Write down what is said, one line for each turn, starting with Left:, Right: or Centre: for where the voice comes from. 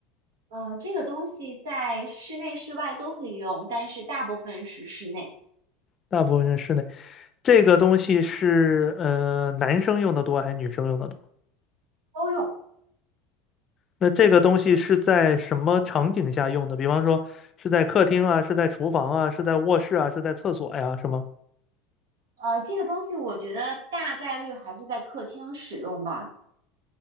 Right: 呃，这个东西在室内室外都可以用，但是大部分是室内
Left: 大部分是室内。这个东西是呃男生用的多还是女生用的多？
Right: 都用。
Left: 那这个东西是在什么场景下用的？比方说是在客厅啊，是在厨房啊，是在卧室啊，是在厕所呀，是吗？
Right: 呃，这个东西我觉得大概率还是在客厅使用吧。